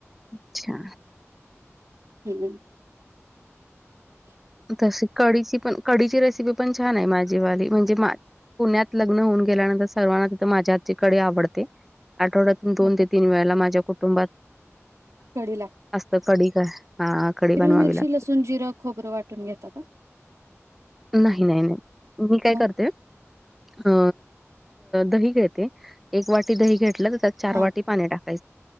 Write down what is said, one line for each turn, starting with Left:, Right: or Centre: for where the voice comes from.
Centre: अच्छा
Right: हम्
Centre: तशी कढची पण कढीची रेसिपी पण छान आहे माझीवाली म्हणजे मा पुण्यात लग्न होऊन गेल्यानंतर सर्वांना तिथे माझ्या आजची कडी आवडते आठवड्या दोन
Right: ओके.
Centre: ते तीन वेळाला माझ्या कुटुंबात
Right: कढी
Centre: असत कडी का हा कढी बनवावी
Right: हिर मिरची,
Centre: लागते
Right: लसूण, जिरं, खोबरं, वाटून घेता का
Centre: नाही, नाही, नाही, मी काय
Right: मग
Centre: करते अ दही घेते एक वाटी दही घेतलं त्यात चार
Right: हा
Centre: वाटी पाणी टाक